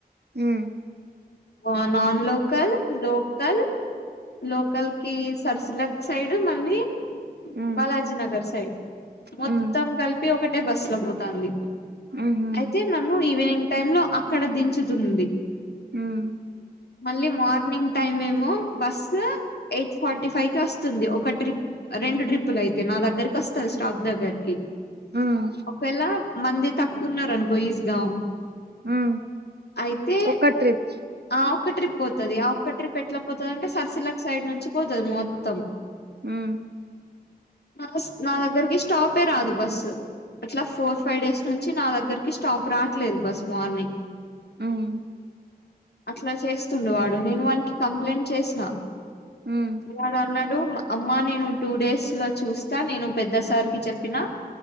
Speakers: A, on the right; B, on the left.
A: ఉమ్
B: అ నన్ లోకల్ లోకల్ లోకల్ కి సర్సులగ్ సైడు మళ్ళీ
A: హ్మ్
B: బాలాజీ నగర్ సైడ్ మొత్తం
A: హ్మ్
B: కలిపి ఒకటే బస్సులో పోతంది
A: ఉహూ
B: అయితే నన్ను ఈవినింగ్ టైం లో అక్కడ దించుతుంది
A: ఉమ్
B: మళ్ళీ మార్నింగ్ టైమ్ ఏమో బస్ ఎయిట్ ఫార్టీ ఫైవ్ కి వస్తుంది ఒక ట్రిప్ రెండు ట్రిప్పులు అయితే నా దగ్గరకి వస్తాది స్టాప్ దగ్గరికి
A: హ్మ్
B: ఒకవేళ మంది తక్కున్నారు అనుకో ఈస్గా
A: హ్మ్
B: అయితే
A: ఒక్క ట్రిప్
B: ఆ ఒక్క ట్రిప్ పోతది ఆ ఒక్క ట్రిప్ పెట్ల పోతది అంటే సర్సిలాక్ సైడ్ నుంచి పోతది మొత్తం
A: ఉమ్
B: ఫస్ట్ నా దగ్గరికి స్టాపే రాదు బస్సు అట్లా ఫోర్ ఫైవ్ డేస్ నుంచి నా దగ్గరకి స్టాప్ రావట్లేదు బస్ మార్నింగ్
A: హ్మ్
B: అట్లా చేస్తుండు వాడు నేను వానికి కంప్లైంట్ చేసిన
A: హ్మ్
B: వాడు అన్నాడు అమ్మా నేను టూ డేస్ లో చూస్తా నేను పెద్దసారికి చెప్పినా